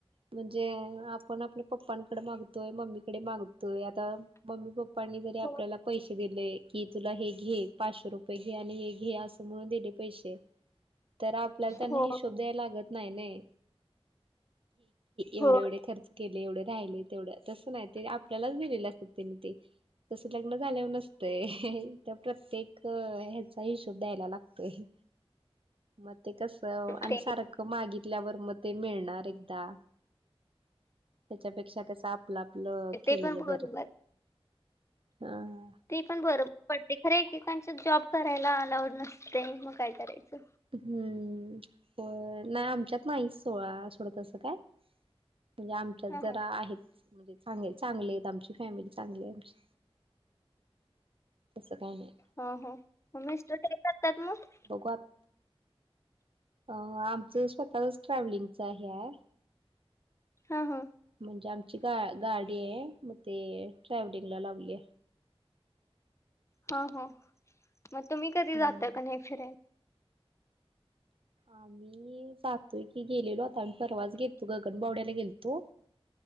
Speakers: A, on the right; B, on the left.
A: म्हणजे आपण आपल्या पप्पांकडे मागतोय मम्मीकडे मागतोय आता मम्मी पप् नी जरी
B: हो
A: आपल्याला पैसे दिले कि तुला हे घे पाचशे रुपये घे आणि हे घे असं म्हणून दिले पैसे तर आपल्याला त्यांना
B: हो
A: हिशोब द्याय लागत नाही नये. एवढे
B: हो
A: एवढे खर्च केले एवढे राहिले तेवढं तस नाही ते आपल्यालाच दिलेलं असत त्यांनी ते. तस लग्न झाल्यावर नसतं त्या प्रत्येक ह ह्याचा हिशोब द्यायला लागतोय. मग ते कसं आणि
B: ते
A: सारखं मागितल्यावर मग ते मिळणार एकदा, त्याच्यापेक्षा कसं आपलं आपलं
B: ते
A: केलेलं
B: पण बरोबर
A: बरं. हा
B: ते पण बरोबर पडते खर एकेकांच्या जॉब करायला अलाउड नसते मग काय करायचं?
A: हम्म नाही आमच्यात नाही सोड सोडा तसं काय म्हणजे आमच्यात
B: हा
A: जरा
B: हा
A: आहेत म्हणजे चांग चांगले आहेत आमची फॅमिली चांगली आहे आमची तसं काही नाही
B: हा हो म मिस्टर काय करतात मग?
A: बघू आत अ आमचं स्वतःच ट्रॅव्हलिंगच हे आहे.
B: हा. हा.
A: म्हणजे आमची गा गाडी आहे, मग ते ट्रॅव्हलिंगला लावल्या,
B: ह हो मग तुम्ही कधी
A: हम्म
B: जाता का नाही फिरायला?
A: आम्ही जातोय की, गेलेलो आता आम्ही परवाच गेलतो गगनबावड्याला गेलतो.